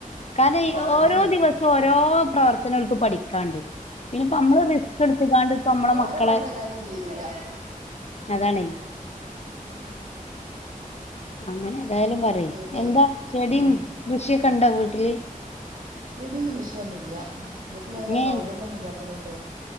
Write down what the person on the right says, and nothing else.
ആഹ് അതന്നെ
ഓരെ
പഠനം ഏതായാലും തീരൂല
ഉം
പിന്നെ
ഉം
ചെടിയും കൃഷിയൊന്നുല്ല്യ വീട്ടിലങ്ങനെ
സൗകര്യൊന്നും ഇല്ലാത്തത് കൊണ്ടേ